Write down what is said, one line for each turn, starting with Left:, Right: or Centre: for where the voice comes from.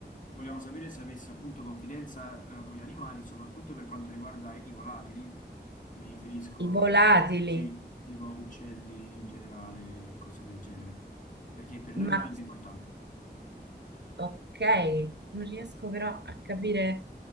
Left: vogliamo sapere se avesse appunto confidenza, eh, con gli animali, soprattutto per quanto riguarda i volatili. Mi riferisco,
Right: I volatili,
Left: sì, tipo uccelli in generale, cose del genere, perché per noi
Right: ma
Left: è veramente importante.
Right: Ok, non riesco però a capire.